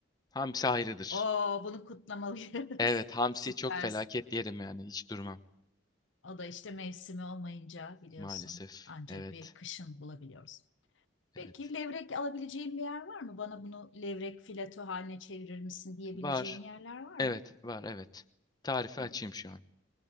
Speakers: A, on the left; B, on the left.
A: Hamsi ayrıdır.
B: Oo, bunu kutlamalıyız.
A: Evet, hamsi
B: <laughs> Süper.
A: çok felaket yerim yani. Hiç durmam
B: O da işte mevsimi olmayınca biliyorsun
A: maalesef.
B: ancak
A: Evet.
B: bir kışın bulabiliyoruz. Peki
A: Evet.
B: levrek alabileceğin bir yer var mı? Bana bunu levrek fileto haline çevirir misin diyebileceğin
A: Var.
B: yerler var
A: Evet,
B: mı?
A: var, evet. Tarifi
B: Tamam.
A: açayım şu an.